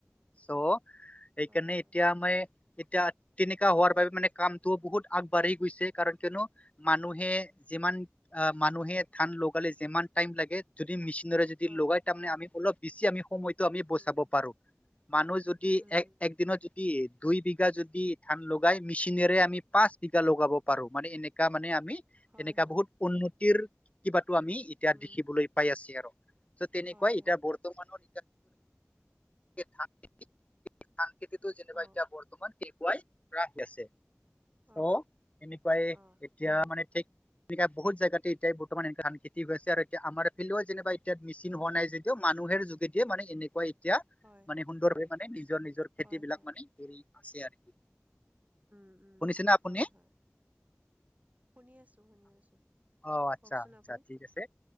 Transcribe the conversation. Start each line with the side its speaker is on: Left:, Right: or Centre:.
Left: চ' সেইকাৰণে
Right: হয় হয়
Left: এতিয়া মে এতিয়া তেনেকা হোৱাৰ বাবে মানে কামটোও বহুত আগ বাঢ়ি গৈছে কাৰণ কিয় নো মানুহে যিমান আ মানুহে ধান লগালে যিমান টাইম লাগে যদি মেচিনৰে যদি
Right: অ
Left: লগাই তাৰমানে আমি অলপ বেছি আমি সময়টো আমি বচাব
Right: উম
Left: পাৰো মানুহ যদি
Right: উম
Left: এক
Right: উম
Left: এক দিনত দুই বিঘা যদি ধান লগাই মেচিনেৰে আমি পাঁচ লগাব পাৰো মানে এনেকা মানে আমি
Right: হয়
Left: এনেকা
Right: হয়
Left: বহুত উন্নতিৰ কিবা টো আমি এতিয়া
Right: উম
Left: দেখিবলৈ পাই আছ আৰ' ত' তেনেকুৱাই
Right: হয়
Left: এতিয়া
Right: হয়
Left: বৰ্তমানৰ <unintelligible> ধান খেতিটো যেনেকুৱা
Right: অ
Left: এতিয়া বৰ্তমান কে ৱাই ৰাহি আছে। চ'
Right: অ
Left: এনেকুৱায়ে
Right: অ
Left: এতিয়া
Right: হয়
Left: মানে ঠিক এনেকা বহুত জাগাতে এতিয়া বৰ্তমান এনেকা ধান খেতি হৈ আছে আৰু এতিয়া আমাৰ ইফেলেও যেনিবাই এতিয়া মেচিন হোৱা নাই যেদিঅ মানু পুহেৰ যোগেদিয়ে মানে এনেকুৱাই তিয়া
Right: হয়
Left: মানে সুন্দৰভাৱে মানে নিজৰ নিজৰ খেতি
Right: হয়
Left: বিলাক
Right: হয়
Left: মানে কৰি আছে আৰু
Right: উম- উম-উম,
Left: শুনিছেনে আপুনি?
Right: হয়- হয়। শুনি আছো-শুনি আছো
Left: অ' আচ্ছা
Right: কওকচোন
Left: আচ্ছা
Right: আপুনি।
Left: ঠিক আছে।